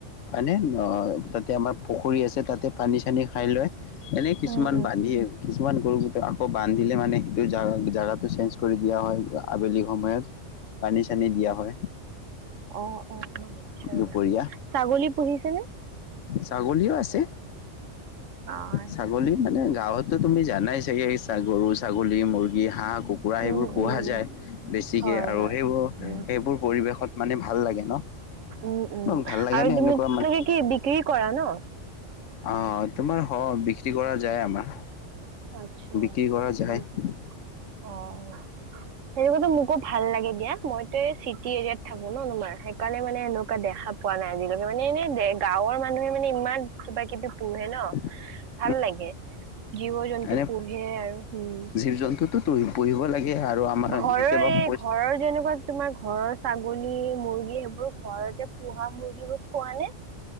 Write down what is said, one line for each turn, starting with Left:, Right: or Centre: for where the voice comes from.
Left: হয়নে, তাতে আমাৰ পুখুৰী আছে তাতে পানী-চানী খাই লয়। এনেই কিছুমান
Right: অঁ
Left: বান্ধি- কিছুমান গৰু কিটা আকৌ বান্ধিলে মানে সেইটো জা-জাগাটো চেঞ্জ কৰি দিয়া হয় আবেলি সময়ত। পানী-চানী দিয়া হয়।
Right: অঁ অঁ আটছা,
Left: দুপৰীয়া
Right: ছাগলী পুহিছেনে?
Left: ছাগলীও আছে।
Right: হয়
Left: ছাগ- গলী মানে গাঁৱততো তুমি জানাই ছাগে গৰু, ছাগলী, মুৰ্গী, হাঁহ, কুকু- কুৰা সেইবোৰ
Right: উম
Left: পোহা
Right: উম
Left: যায় বেছিকে,
Right: হয়
Left: আৰু
Right: হয়
Left: সেইবোৰ
Right: উম
Left: সেইবোৰ পৰিৱেশত মানে ভাল লাগে ন?
Right: উম উম,
Left: তোমাক ভাল লাগে
Right: আৰু
Left: নে
Right: তুমি
Left: এনেকুৱা
Right: তোমালোকে
Left: মানে?
Right: কি বিক্ৰী কৰা ন?
Left: অঁ তোমাৰ হ বিক্ৰী কৰা যায় আমাৰ।
Right: আচ্ছা
Left: বিক্ৰী কৰা
Right: হয়
Left: যায়।
Right: নেকি অঁ, সেনেকুৱাটো মোকো ভাল লাগে দিয়া, মই এই চিটি এৰিয়াত থাকো ন তোমাৰ সেই কাৰনে মানে এনেকুৱা দেখা পোৱা নাই আজিলৈকে মানে। এনে গাঁৱৰ মানুহে মানে ইমান কিবা কিবি পোহে ন?
Left: <inaudible>
Right: ভাল লাগে, জীৱ জন্তু
Left: এনে
Right: পোহে আৰু উম।
Left: জীৱ জন্তুটো তো পুহি পুহিব লাগে আৰু আমাৰ
Right: ঘৰৰ
Left: যেতিয়াবা
Right: এই
Left: পইচা
Right: ঘৰৰ যেনেকুৱা তোমাৰ ঘৰৰ ছাগলী, মুৰ্গী সেইবোৰ ঘৰতে পোহা মুৰ্গীবোৰ খোৱা নে?